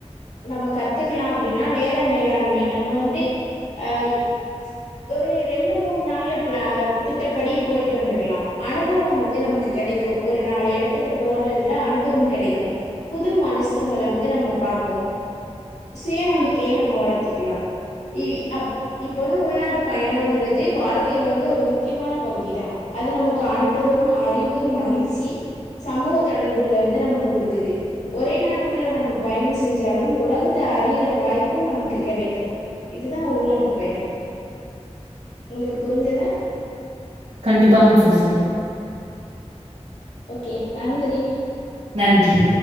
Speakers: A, on the left (about 85°); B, on the right (about 80°).
A: நம்ம கத்துக்கலாம் அப்படின்னா நேர மேலாண்மை நம்ம வந்து அஹ் ஒரு ரெண்டு மூணு நாள்ல பிளா திட்டப்படி போயிட்டு வந்துருலா அனுபவம் வந்து நமக்கு கிடைக்கு ஒரு நாலு இடத்துக்கு போறதுல அனுபவ கிடைக்கு புது மனுசுங்கள வந்து நம்ம பாப்போம் சுய நம்பிக்கைய நம்ம வளர்த்துக்கலா இ அப் இப்ப வந்து உள்நாட்டு ட்டு பயணம்ங்கிறது வாழ்க்கையில வந்து ஒரு முக்கியமான பகுதி தா அது நமக்கு அனுபவம் அறிவு மகிழ்ச்சி சமூக தொடர்புகள வந்து நமக்கு குடுக்குது ஒரே நாட்டுக்குள்ள நம்ம பயணம் செஞ்சாலும் உலகத்தை அறியிற வாய்ப்பு நமக்கு கெடைக்கும் இதுதான் உள்நாட்டு பயணம் உங்களுக்கு புரிஞ்சதா
B: கண்டிப்பாங்க சிஸ்டர்
A: ஓகே நன்றி
B: நன்றி